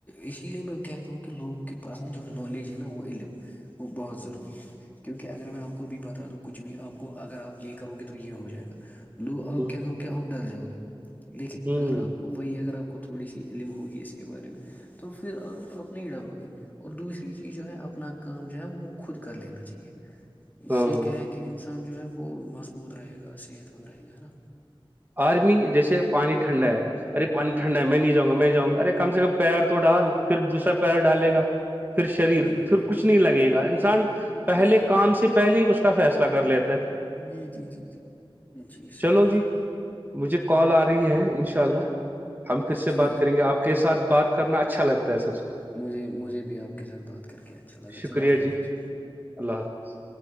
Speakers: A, on the left; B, on the right.
A: اسی لیے میں کہتا ہوں کہ لوگوں کے پاس نا جو نالج ہے نا وہ علم وہ بہت ضروری ہے کیونکہ اگر میں آپ کو بھی بتا دوں کچھ بھی آپ کو اگر آپ یہ کرو گے تو یہ ہو ج گا <unintelligible> لو آپ
B: ہ
A: کیا کرو کہ آپ ڈر جاؤ گے لیکن
B: ہوں
A: اگر آپ وہی اگر آپ کو تھوڑی سی علم ہوگی اس کے بارے میں تو پھر آپ آپ نہیں ڈرو گے اور دوسری چیز جو ہے اپنا کام جو ہے وہ خود کر لینا چاہیے اس
B: ہاں
A: سے کیا ہے کہ انسان جو ہے وہ مز مضبوت رہے گا اس صحت مند رہے گا ہے نا
B: آرمی جیسے پانی ٹھنڈا ہے ارے پانی ٹھنڈا ہے میں نہیں جاں گا میں جاؤں گا ارے کم سے کم پیر تو ڈال پھر دوسرا پیر ڈالے گا پھر شریر
A: جی جی
B: پھر کچھ نہیں لگے گا انسان پہلے
A: جی جی
B: کام
A: جی
B: سے پہلے اس کا فیصلہ کر لیتے <unintelligible>
A: جی جی جی جی جی صحیح
B: چلو
A: فرما
B: جی مجھے کال آ رہی ہے انشاء اللہ
A: آپ
B: ہم پھر سے
A: جی
B: بات
A: جی
B: کریں گے آپ کے ساتھ بات کرنا اچھا لگتا ہے سب سے
A: مجھے مجھے بھی آپ کے ساتھ بات کر کے اچھا لگا
B: شکریہ
A: چلو اللہ حافظ
B: جی اللہ حافظ